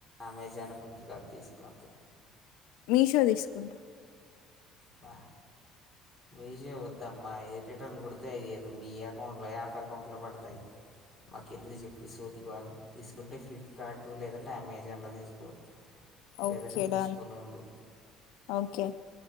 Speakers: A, in the centre; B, on the left (about 80°).
A: అమెజాన్ ఫ్లిప్ కార్ట్ తీసుకోండి
B: మీషో తీసుకుంటా
A: వా మీష వద్దా మా రిటర్న్ కొడితే ఏదో మీ అకౌంట్ లో యాప్ అకౌంట్ లో పడతాయి మాకు ఎందుకు చెప్పి ఈ సో గోల తీసుకుంటే ఫ్లిప్కార్ట్ లేదం అమెజాన్ లో తీసుకో లేదంటే
B: ఓకే
A: మూసుకో
B: డన్
A: నుండు
B: ఓకే